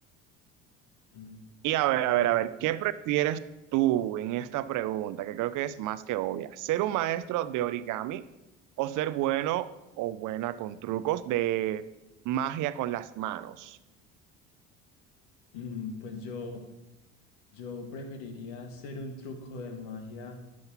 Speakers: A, on the left (about 70°); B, on the right (about 60°).
A: Mm,
B: Y a ver,
A: Ya,
B: a ver, a ver, ¿qué prefieres tú en esta pregunta? Que creo que es más que obvia. ¿Ser un maestro de origami o ser bueno o buena con trucos de magia con las manos?
A: mm, pues yo, yo preferiría hacer un truco de magia